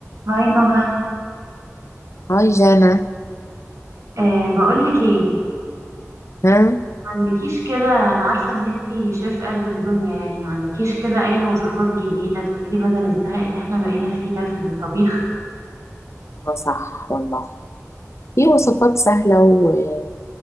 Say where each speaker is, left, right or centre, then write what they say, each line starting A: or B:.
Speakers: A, on the right; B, on the left.
A: هاي نهى
B: هاي جانا
A: أه بقولك ايه
B: ها
A: ما عندكيش كده انا عارفه ان انتي شيف قد الدنيا يعني ما عندكيش كده اي وصفات جديده تقولي لي بدل الزهق اللي احنا بقينا فيه ده في الطبيخ
B: آه، صح والله في وصفات سهلة وهي